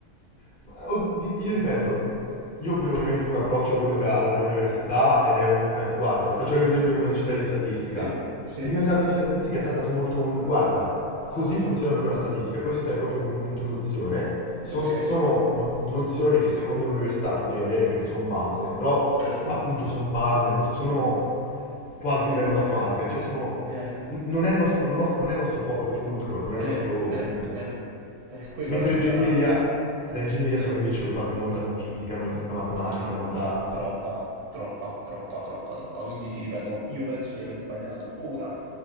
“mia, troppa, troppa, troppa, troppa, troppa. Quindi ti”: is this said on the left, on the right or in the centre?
Right